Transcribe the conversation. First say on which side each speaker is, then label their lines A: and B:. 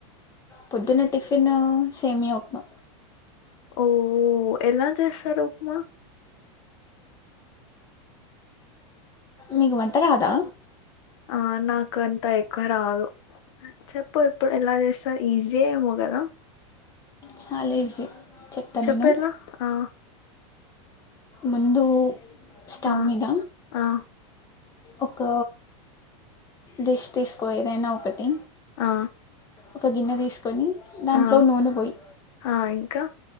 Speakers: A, on the left; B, on the left.
A: పొద్దున్న టిఫిన్ సేమియ ఉప్మా
B: ఓ ఎలా చేస్తారు ఉప్మా
A: మీకు వంట రాదా
B: ఆ నాకు అంత ఎక్కువ రాదు చెప్పు ఇప్పుడు ఎలా చేస్తార ఈజీ‌ ఏమో గదా
A: చాలా ఈజీ చెప్తా
B: చెప్పెలా
A: నేను
B: ఆ
A: ముందు స్టవ్
B: ఆ
A: మీద
B: ఆ
A: ఒక డిష్ తీసుకో ఏదైనా ఒకటి
B: ఆ
A: ఒక గిన్నె తీసుకొని దాంట్లో
B: ఆ
A: నూనె పోయి
B: ఆ ఇంకా